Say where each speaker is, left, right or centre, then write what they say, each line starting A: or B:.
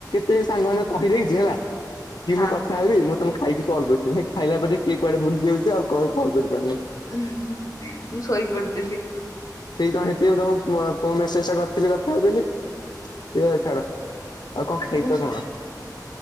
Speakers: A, on the left (about 85°); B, on the left (about 55°).
A: ସେ ସାଙ୍ଗମାନୋନ କହିଦେଇଛି ହେଲା। କି
B: ହଁ
A: ମୁଁ କଥା ହେବି ମୁଁ ତମ। ଖାଇକି କଲ୍ କରୁଚି ଖାଇବା ଟା ଦେଖିକି କୁଆଡେ ଭୁଲି ଯାଉଚୁ। ଆଉ କଲ୍ କରିପାରୁନି।
B: ଉଁ ହୁଁ ମୁଁ ଶୋଇପଡି ଥିଲି।
A: ସେଇ ତ ହେତି ପାଇଁ ତମ ନୁଆ ଫୋନ ମେସେଜ ଫିରି ରେ କଥା ହେବିବୋଲି। ଏ ଛାଡ ଆଉ କଣ ଖାଇଛ
B: ମୁଁ
A: କଣ?